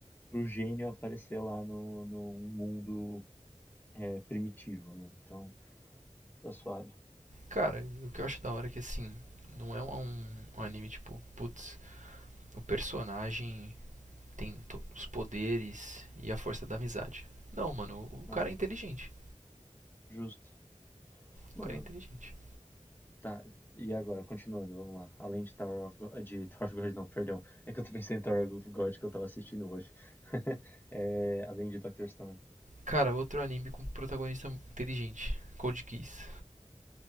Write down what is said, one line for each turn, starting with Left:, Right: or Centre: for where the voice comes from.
Left: pro gênio aparecer lá no, no um mundo é, primitivo, né? Então, tá suave.
Right: Cara, o que eu acho da hora é que assim, não é um, um anime tipo, putz, o personagem tem to- os poderes e a força da amizade. Não, mano, o, o
Left: Ah,
Right: cara é inteligente.
Left: justo. Mano,
Right: O cara é inteligente.
Left: tá. E agora, continuando, vamos lá. Além de Tower of God, de Tower of God, não, perdão. É que eu tô pensando em Tower of God que eu tava assistindo hoje. <laughs> É, além de Doctor Stone.
Right: Cara, outro anime com protagonista inteligente, Code Geass.